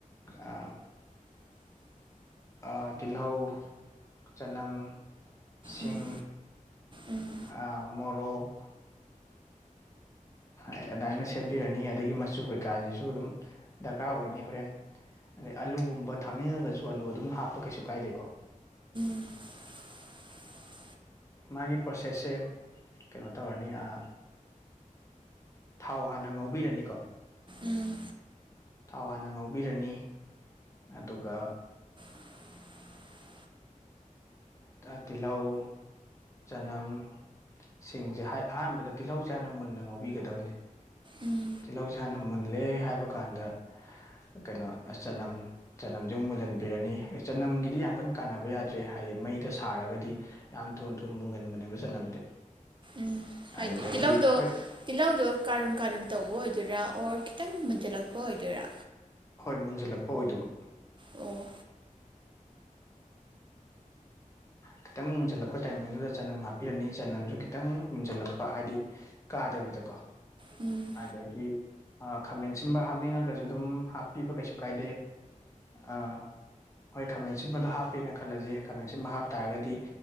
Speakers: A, on the left (about 20°); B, on the right (about 35°).
A: ꯑꯥ ꯑꯥ ꯇꯤꯜꯍꯧ ꯆꯅꯝ ꯁꯤꯡ
B: ꯎꯝ ꯎꯝ
A: ꯑꯥ ꯃꯣꯔꯣꯛ ꯑꯗꯗꯥꯏꯅ ꯁꯦꯝꯕꯤꯔꯅꯤ ꯑꯗꯒꯤ ꯃꯆꯨ ꯀꯩꯀꯥꯁꯤꯁꯨ ꯑꯗꯨꯝ ꯗꯔꯀꯥꯔ ꯑꯣꯏꯅꯤ ꯍꯣꯔꯦꯟ ꯑꯗꯩ ꯑꯂꯨꯒꯨꯝꯕ ꯊꯥꯛꯅꯤꯡꯉꯒꯁꯨ ꯑꯂꯨ ꯑꯗꯨꯝ ꯍꯥꯞꯄ ꯀꯩꯁꯨ ꯀꯥꯏꯗꯦꯀꯣ
B: <inaudible>
A: ꯃꯥꯒꯤ ꯄ꯭ꯔꯣꯁꯦꯁꯁꯦ ꯀꯩꯅꯣ ꯇꯧꯔꯅꯤ ꯑꯥ ꯊꯥꯎ ꯍꯥꯟꯅ ꯉꯧꯕꯤꯔꯅꯤꯀꯣ
B: ꯎꯝ
A: ꯊꯥꯎ ꯍꯥꯟꯅ ꯉꯧꯕꯤꯔꯅꯤ ꯑꯗꯨꯒ
B: <inaudible>
A: ꯇ ꯇꯤꯜꯍꯧ ꯆꯅꯝ ꯁꯤꯡꯁꯦ ꯑꯍꯥꯟꯕꯗ ꯇꯤꯜꯍꯧꯁꯥꯅ ꯃꯨꯟꯅ ꯉꯧꯕꯤꯒꯗꯕꯅꯤ
B: ꯎꯝ
A: ꯇꯤꯜꯍꯧꯁꯦ ꯍꯥꯟꯅ ꯃꯨꯜꯂꯦ ꯍꯥꯏꯕ ꯀꯥꯟꯗ ꯀꯩꯅꯣ ꯆꯅꯝ ꯆꯅꯝꯁꯨ ꯃꯨꯜꯍꯟꯕꯤꯔꯅꯤ ꯆꯅꯝꯒꯤꯗꯤ ꯌꯥꯝ ꯀꯟꯅ ꯀꯥꯟꯅꯕ ꯌꯥꯗ꯭ꯔꯦ ꯍꯥꯏꯗꯤ ꯃꯩꯗ ꯁꯥꯔꯒꯗꯤ ꯌꯥꯝ ꯊꯨ ꯊꯨ ꯃꯨꯒꯟꯕꯅꯦꯕ ꯆꯅꯝꯗꯤ
B: ꯎꯝ ꯍꯥꯏꯗꯤ
A: ꯑꯗꯨꯗꯒꯤ
B: ꯇꯤꯜꯍꯧꯗꯣ
A: ꯍꯣꯏ
B: ꯇꯤꯜꯍꯧꯗꯣ ꯀꯥꯔꯨꯝ ꯀꯥꯔꯨꯝ ꯇꯧꯕ ꯑꯣꯏꯗꯣꯏ ꯑꯗꯨꯔ ꯑꯣꯔ ꯈꯤꯇꯪ ꯃꯨꯟꯖꯜꯂꯛꯄ ꯑꯣꯏꯗꯣꯏꯔꯥ
A: ꯍꯣꯏ ꯃꯨꯟꯁꯤꯜꯂꯛꯄ ꯑꯣꯏꯗꯣꯏꯕ
B: ꯑꯣ
A: ꯈꯤꯇꯪ ꯃꯨꯟꯖꯜꯂꯛꯄ ꯇꯥꯏꯃꯤꯡꯗꯨꯗ ꯆꯅꯝ ꯍꯥꯞꯄꯤꯔꯅꯤ ꯆꯅꯝꯁꯨ ꯈꯤꯇꯪ ꯃꯨꯁꯤꯜꯂꯛ ꯄ ꯍꯥꯏꯗꯤ ꯀꯥꯗꯕꯤꯗꯀꯣ
B: ꯎꯝ
A: ꯑꯗꯒꯤ ꯈꯥꯃꯦꯟꯁꯤꯕ ꯍꯥꯞꯅꯤꯡꯉꯒꯁꯨ ꯑꯗꯨꯝ ꯍꯥꯞꯄꯤꯕ ꯀꯩꯁꯨ ꯀꯥꯏꯗꯦ ꯑꯥ ꯍꯣꯏ ꯈꯥꯃꯦꯟꯁꯤꯕꯗꯣ ꯍꯥꯞꯄꯦꯅ ꯈꯜꯂꯁꯤ ꯈꯥꯃꯦꯟꯁꯤꯃ ꯍꯥꯞ ꯇꯥꯔꯒꯗꯤ